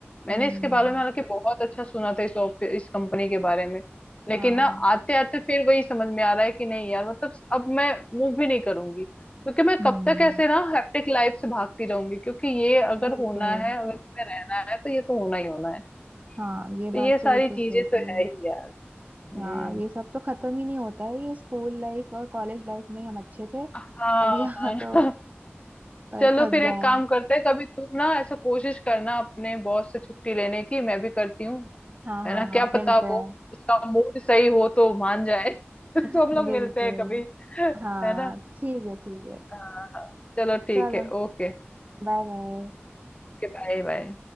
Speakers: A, on the left; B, on the right.
A: मैंने
B: हम्म
A: इसके बारे में हालांकि बहुत अच्छा सुना था इस ऑफ इस कंपनी के बारे में लेकिन
B: हाँ
A: ना आते आते फिर वही समझ में आ रहा है कि नहीं यार मतलब अब मैं मूव भी नहीं करूंगी क्योंकि मैं
B: हम्म
A: कब तक ऐसे ना हैप्टिक लाइफ से भागती रहूंगी क्योंकि ये अगर
B: बिल्कुल
A: होना है अगर इसमें रहना है तो ये तो होना ही होना है
B: हाँ
A: तो
B: ये बात
A: ये सारी
B: तो बिल्कुल सही
A: चीजें
B: की
A: तो है ही यार हम्म
B: हाँ ये सब तो खत्म ही नहीं होता है ये स्कूल लाइफ और कॉलेज लाइफ में हम अच्छे थे
A: हाँ
B: अब यहाँ
A: हाँ
B: तो अ,
A: चलो
B: फंस
A: फिर
B: गए
A: एक
B: हैं
A: काम करते हैं कभी तुम ना ऐसा कोशिश करना अपने बॉस से छुट्टी लेने की मैं भी करती हूँ
B: हाँ
A: है
B: हाँ
A: ना
B: हाँ
A: क्या पता
B: मिलता
A: वो
B: है
A: उसका मूड सही हो तो मान जाए <laughs> तो
B: <laughs>
A: हम लोग
B: बिल्कुल
A: मिलते हैं कभी
B: हाँ
A: है ना
B: ठीक है ठीक है
A: हाँ हाँ चलो ठीक
B: चलो
A: है ओके
B: बाय बाय
A: Okay bye bye